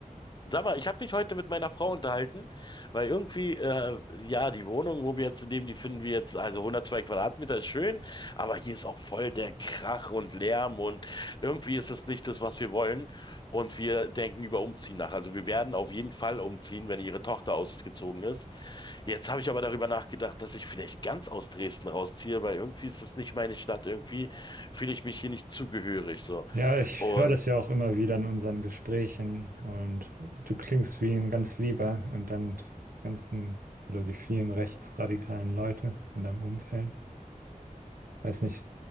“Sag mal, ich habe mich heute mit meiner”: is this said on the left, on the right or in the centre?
Left